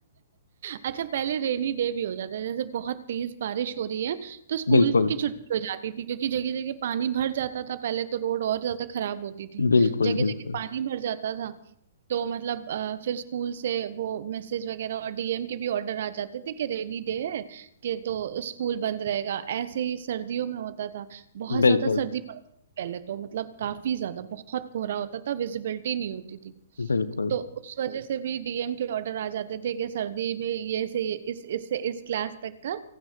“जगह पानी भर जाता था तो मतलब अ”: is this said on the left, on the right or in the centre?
Right